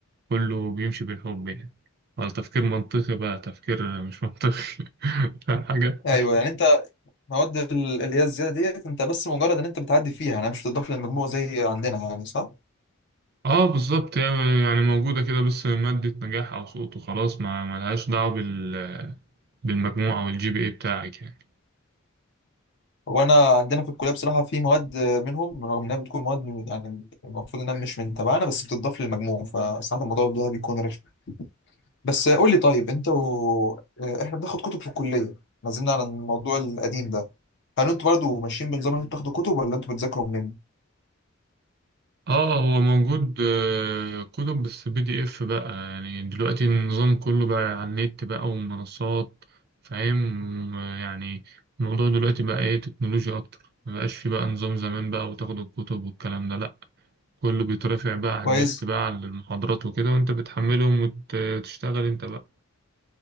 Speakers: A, on the right; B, on the left.
A: كله بيمشي بالحب يعني ولا تفكير منطقي بقى تفكير مش منطقي <laughs> فاهم حاجة
B: ايوه يعني انت المواد ال- اللي هي الزياده ديت انت بس مجرد ان انت بتعدي فيها انا مش بتضاف للمجموع زي عندنا يعني صح
A: اه بالظبط هي يعني موجودة كده بس مادة نجاح أو سقوط وخلاص ما ملهاش دعوة بال بالمجموعة والجي بي اي بتاعك يعني
B: وانا عندنا في الكليه بصراحه في مواد منهم رغم انها بتكون مواد من- يعني المفروض انها مش من تبعنا بس بتضاف للمجموع فساعات الموضوع ده بيكون رخم بس قول لي طيب انت و... اه، احنا بناخد كتب في الكليه ما زلنا على الموضوع القديم ده هل انتوا برضه ماشيين بنظام ان انتوا بتاخدوا كتب ولا انتوا بتذاكروا منين
A: اه هو موجود آه، كتب بس بي دي اف بقى يعني دلوقتي النظام كله بقى على النت بقى ومنصات فاهم يعني الموضوع دلوقتي بقى ايه تكنولوجيا أكتر مبقاش في بقى نظام زمان بقى وتاخد الكتب والكلام ده لأ كله بيترفع بقى على
B: كويس
A: النت بقى على المحاضرات وكده وانت بتحملهم وتشتغل انت بقى